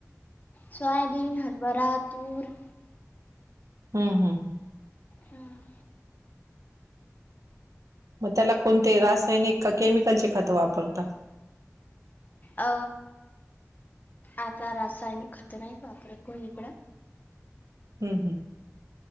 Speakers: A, on the left; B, on the right.
A: सोयाबीन, हरभरा, तूर
B: हम्म हम्म ह
A: हम्म
B: मग त्याला कोणते रासायनिक का केमिकलचे खतं वापरता?
A: अ आता रासायनिक खत नाहीत वापरत कोणी इकडं
B: हम्म हम्म